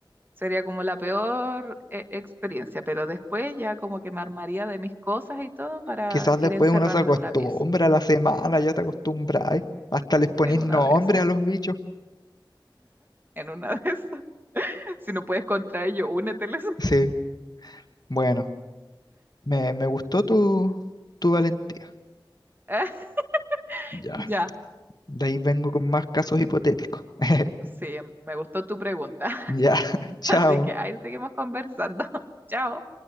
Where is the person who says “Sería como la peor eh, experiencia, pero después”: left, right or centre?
Right